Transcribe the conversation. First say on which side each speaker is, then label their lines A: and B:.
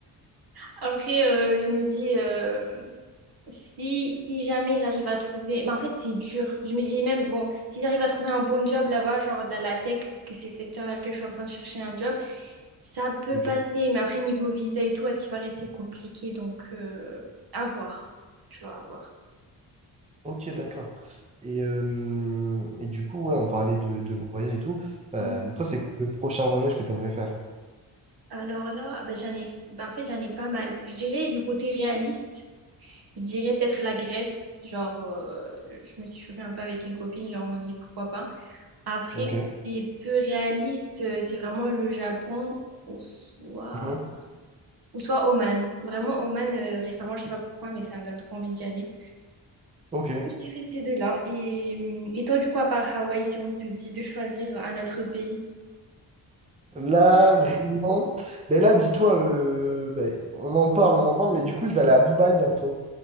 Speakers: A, on the right; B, on the right.
A: après euh, je me dis, euh, si, si jamais j'arrive à trouver... Mais en fait, c'est dur. Je me dis même, bon, si j'arrive à trouver un bon job là-bas, genre dans la tech, parce que c'est le secteur dans lequel je suis en train de chercher un job, ça peut
B: Ok.
A: passer. Mais après, niveau visa et tout, à ce qui paraît, c'est compliqué. Donc, euh, à voir. Tu vas voir.
B: Ok, d'accord. Et, euh, et du coup, ouais, on parlait de, de voyage et tout. Euh,
A: Mm.
B: toi, c'est quoi le prochain voyage que tu aimerais faire?
A: Alors là, ben, j'en ai, ben, en fait, j'en ai pas mal. Je dirais du côté réaliste. Je dirais peut-être la Grèce, genre euh, je me suis chauffée un peu avec une copine, genre on se dit pourquoi pas. Après,
B: Ok.
A: côté peu réaliste, euh, c'est vraiment le Japon ou soit,
B: Mhm.
A: ou soit Oman. Vraiment Oman, euh, récemment, je sais pas pourquoi, mais ça me donne trop envie d'y aller.
B: Ok.
A: Je dirais ces deux-là. Et, hum, et toi, du coup, à part Hawaï, si on te dit de choisir un autre pays?
B: Là, vraiment. Ben là, dis-toi, euh, ben, on en parle, on en parle, mais du coup, je vais aller à Dubaï bientôt.